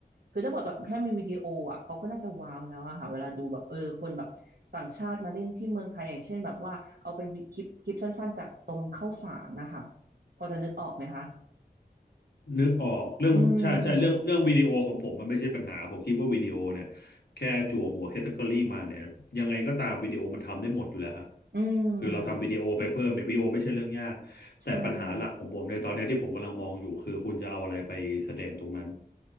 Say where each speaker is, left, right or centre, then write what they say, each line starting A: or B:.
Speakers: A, on the right; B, on the left.
A: คือถ้าบทแบบแค่มีวิดีโออ่ะเขาก็น่าจะว้าวแล้วอะค่ะเวลาดูแบบเออคนแบบต่างชาติมาเล่นที่เมืองไทยอย่างเช่นแบบว่าเอาเป็นวิคลิปคลิปสั้นๆจากตรงข้าวสารนะคะพอจะนึกออกไหมคะ
B: นึกออกเรื่องใช่ใช่เรื่องเรื่องวิดีโอของผมมันไม่ใช่ปัญหาผมคิดว่าวิดีโอเนี่ย
A: อืม
B: แค่จั่วหัวแคตตากรีมาเนี่ยยังไงก็ตามวิดีโอมันทำได้หมดอยู่แล้วฮะ
A: อืม
B: คือเราทำวิดีโอไปเพิ่มเนี่ยวิดีโอไม่ใช่เรื่องยากแต่ปัญหาหลักของผมในตอนเนี้ยที่ผมกำลังมองอยู่คือคุณจะเอาอะไรไปแสดงตรงนั้น
A: ใช่